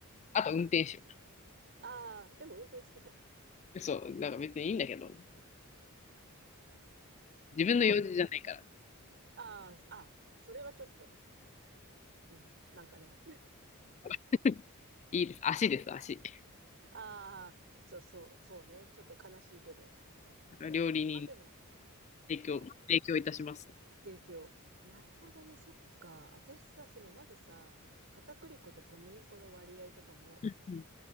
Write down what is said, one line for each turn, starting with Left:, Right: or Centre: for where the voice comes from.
Left: あと運転手
Right: ああ、でも運転好きじゃん。
Left: そうなんか別にいいんだけどね、自分の用事じゃないから
Right: あ、そっか。ああ、あ、それはちょっと、うん、なんかね。
Left: <laughs> いいです足です足
Right: <laughs> ああ、そうそう、そうね。ちょっと悲しいけど。
Left: 料理人
Right: まあでも、
Left: 提供提供いたします、
Right: ね、提供。なるほどね、そっか。私さ、その、まずさ、片栗粉と小麦粉の割合とかも、
Left: うん